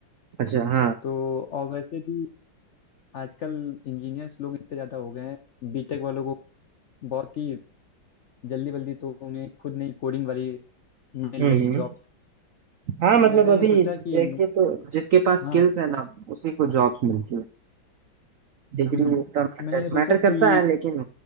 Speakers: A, on the right; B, on the left.
A: अच्छा हाँ
B: तो और वैसे भी आजकल इंजीनियर्स लोग इतने ज़्यादा हो गए हैं बीटेक वालों को बहुत ही जल्दी बल्दी तो उन्हें खुद नहीं कोडिंग वाली मिल
A: हम्म
B: रही
A: हम्म।
B: जॉब्स
A: हाँ
B: तो
A: मतलब
B: मैंने
A: अभी
B: ये सोचा कि
A: देखिए
B: न-
A: तो जिसके पास
B: हाँ
A: स्किल्स है ना उसी को जॉब्स मिलती है डिग्री
B: हम्म
A: उतना
B: तो
A: मैटर
B: मैंने ये सोचा
A: मैटर
B: कि
A: करता है लेकिन